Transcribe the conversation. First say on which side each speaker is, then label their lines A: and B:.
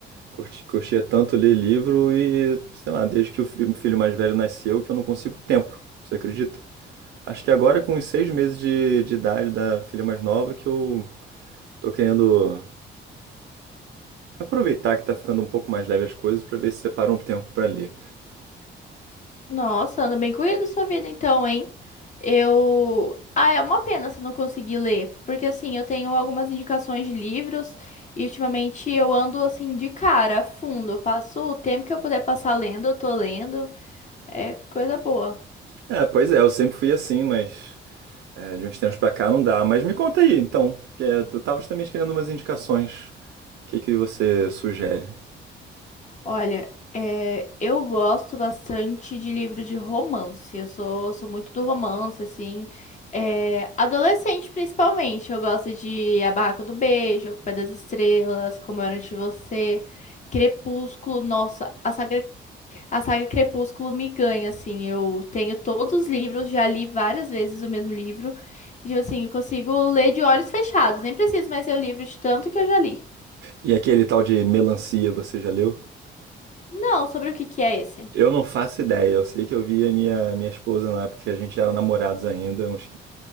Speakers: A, on the right; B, on the left.
A: curti- curtia tanto ler livro e, sei lá, desde que o fi- filho mais velho nasceu que eu não consigo tempo, você acredita? Acho que agora com os seis meses de, de idade da filha mais nova que eu tô querendo aproveitar que tá ficando um pouco mais leve as coisas pra ver se separa um tempo pra ler.
B: Nossa, anda bem corrido sua vida então, hein? Eu. Ah, é uma pena você não conseguir ler, porque assim, eu tenho algumas indicações de livros e ultimamente eu ando assim de cara, fundo. Eu Passo o tempo que eu puder passar lendo, eu tô lendo. É coisa boa.
A: É, pois é, eu sempre fui assim, mas é, de uns tempos pra cá não dá. Mas me conta aí, então, que é, eu tava justamente querendo umas indicações. O que que você sugere?
B: Olha, é, eu gosto bastante de livro de romance. Eu sou, sou muito do romance, assim. É, adolescente, principalmente. Eu gosto de A Barraca do Beijo, A Culpa é das Estrelas, Como Eu Era Antes de Você, Crepúsculo. Nossa, a saga, a saga Crepúsculo me ganha, assim. Eu tenho todos os livros, já li várias vezes o mesmo livro. E, tipo assim, eu consigo ler de olhos fechados. Nem preciso mais ler o livro de tanto que eu já li.
A: E aquele tal de melancia, você já leu?
B: Não, sobre o que que é esse?
A: Eu não faço ideia, eu sei que eu vi a minha, minha esposa na época que a gente era namorados ainda, uns